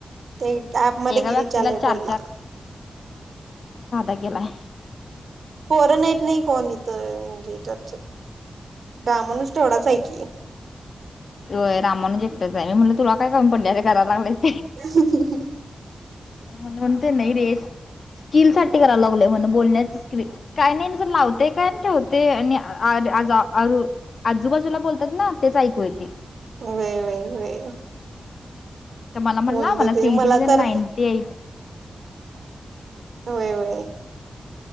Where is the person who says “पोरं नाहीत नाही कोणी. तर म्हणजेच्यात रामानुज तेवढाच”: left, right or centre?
Right